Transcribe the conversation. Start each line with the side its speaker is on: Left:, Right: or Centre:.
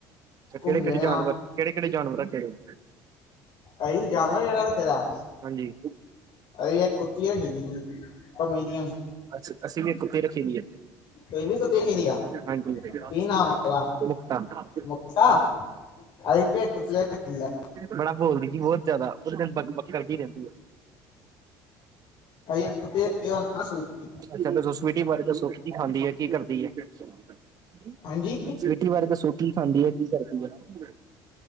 Left: ਘੁੰਮਦੇ
Right: ਕਿਹੜੇ ਕਿਹੜੇ ਜਾਨਵਰ
Left: ਹਾਂ
Right: ਕਿਹੜੇ ਕਿਹੜੇ ਜਾਨਵਰ ਰਖੇ ਗਏ
Left: ਅਈ ਜਾਨਵਰ ਜਿਹੜਾ ਰੱਖਦਾ
Right: ਹਾਂਜੀ।
Left: ਅਸੀ ਇੱਕ ਕੁੱਤੀ ਰੱਖੀ ਜੀ ਪਮਬੀਰੀਅਨ
Right: ਅੱਛਾ ਅਸੀਂ ਵੀ ਕੁੱਥੀ ਰੱਖੀ ਦੀ ਏ
Left: ਇਹ ਵੀ ਕੁੱਤੀ ਰੱਖੀ ਦੀ ਆ
Right: ਹਾਂਜੀ
Left: ਕੀ ਨਾਮ ਆ ਉਹਦਾ
Right: ਮੁਕਤਾ ਹਾਂਜੀ
Left: ਮੁਕਤਾ ਅਸੀਂ ਵੀ ਇੱਕ ਕੁੱਤੀ ਰੱਖੀ ਦੀ ਆ
Right: ਬੜਾ ਬੋਲਦੀ ਜੀ ਬੋਹਤ ਜ਼ਾਦਾ ਉਸ ਦਿਨ ਬਗ ਬਗ ਕਰਦੀ ਰਹਿੰਦੀ ਹੈ <unintelligible>
Left: ਅਸੀਂ ਇੱਕ ਕੁੱਤੀ ਰੱਖੀ ਉਹਦਾ ਨਾਂ ਸਵੀਟੀ
Right: ਅੱਛਾ ਸਵਿਟੀ ਬਾਰੇ ਦੱਸੋ ਕੀ ਖਾਂਦੀ ਹੈ ਕੀ ਕਰਦੀ ਏ ਸਵੀਟੀ
Left: ਹਾਂਜੀ
Right: ਬਾਰੇ ਦਸੋ ਕੀ ਖਾਂਦੀ ਹੈ ਕੀ ਕਰਦੀ ਐ